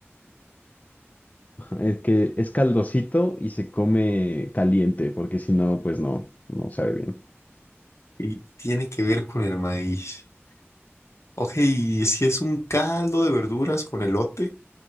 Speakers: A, on the left; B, on the left.
A: Es que es caldosito y se come caliente, porque si no, pues no, no sabe bien.
B: Y tiene que ver con el maíz. Ok, ¿y si es un caldo de verduras con elote?